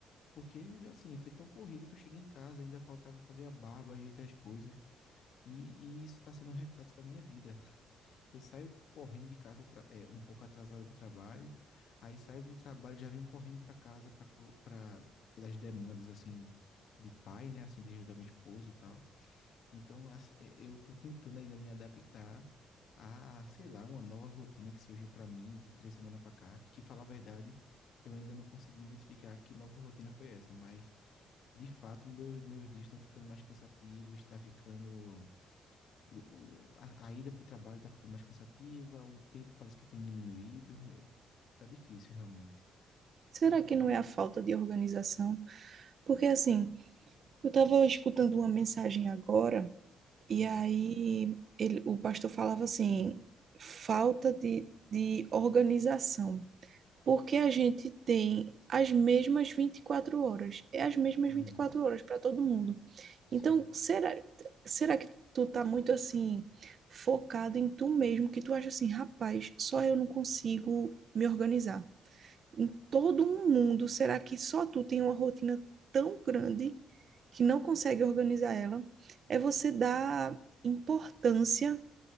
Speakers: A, on the left; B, on the right.
A: Porque, assim, foi tão corrido que eu cheguei em casa, ainda faltava fazer a barba, ajeitar as coisas. E, e isso está sendo um reflexo da minha vida. Eu saio correndo de casa atra- é, um pouco atrasado para o trabalho, aí saio do trabalho já venho correndo para casa para pelas demandas assim de pai, né, assim de ajudar minha esposa e tal. Então, as- eh, eu estou tentando ainda me adaptar a, sei lá, uma nova rotina que surgiu para mim de três semanas para cá, que, falar a verdade, eu ainda não consegui identificar que nova rotina foi essa, mas, de fato, meu, meus dias estão ficando mais cansativos, está ficando... o- o- a, a ida para o trabalho está ficando mais cansativa, o tempo parece que tem diminuído, eh, tá difícil, realmente.
B: Será que não é a falta de organização? Porque assim, eu estava escutando uma mensagem agora E
A: Hum.
B: aí ele, o pastor falava assim, falta de, de organização. Porque a gente tem as mesmas 24 horas. É as mesmas
A: Uhum.
B: vinte e quatro horas para todo mundo.
A: Sim.
B: Então, será, será que tu tá muito assim, focado em tu mesmo, que tu acha assim, rapaz, só eu não consigo me organizar? em todo um mundo, será que só tu tem uma rotina tão grande que não consegue organizar ela? É você dar importância